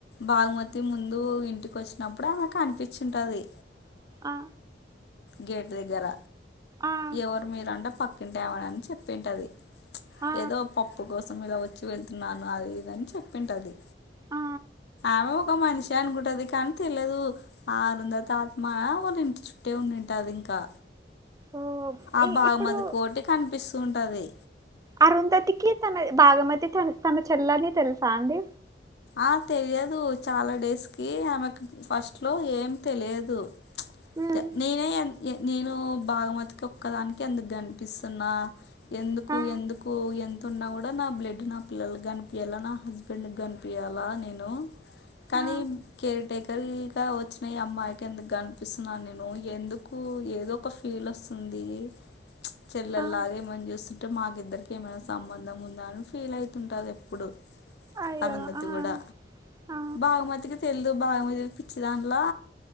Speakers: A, on the left; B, on the right.
A: బాగుమతి ముందు, ఇంటికి వొచ్చినప్పుడు అమెకు అనిపించ్చుంటది.
B: ఆ
A: గేట్ దగ్గర,
B: ఆ
A: ఎవరు మీరంట పక్కింటేమని చెప్పింటది.
B: ఆ
A: ఏదో పప్పు కోసం ఇలా వచ్చి వెళ్తున్నాను అది ఇదని చెప్పింటది.
B: ఆ
A: ఆమె ఒక మనిషి అనుకుంటది కాని తెలియదు, ఆరుందత ఆత్మ వాళ్ల ఇంటి చుట్టే ఉండింటారు. మరింకా.
B: ఓ
A: ఆ
B: ఇ
A: బాగుమతి
B: ఇప్పుడు
A: కోటి కనిపిస్తుంటది.
B: అరుంధతికి తన బాగమతి తన చెల్లని తెలుసా అండి.
A: ఆ తెలియదు చాలా డేస్ కి ఆమెకు ఫస్ట్ లో ఏం తెలియదు.
B: ఉమ్
A: త ననే అంటే. నేను బాగమతికి ఒక్కదానికి ఎందుకు కనిపిస్తున్నా. ఎందుకు
B: ఆ
A: ఎందుకు ఎంతున్న ఉన్నా కూడా నా బ్లడ్ నా పిల్లలు గనిపయాల నా హస్బెండ్ గనిపి. ఇయాలా నేను. కానీ
B: ఆ
A: కేర్ టేకర గా, వచ్చిన ఈ అమ్మాయికి ఎందుకు కనిపిస్తున్నాను నేను ఎందుకు. ఆమెకు ఏదో ఒక ఫీల్ వస్తుంది. చెల్లల్
B: ఆ
A: లాగా ఏమని చూస్తుంటే, మాకి ఇద్దరికి ఏమైనా సంబంధం ఉందా అని ఫీల్ అయితుంటది ఎప్పుడు.
B: అయ్యో
A: అరుంధతి
B: ఆ
A: కూడా,
B: ఆ
A: బాగుమతికి తెలుదు. బాగుమతి పిచ్చి దానిలా.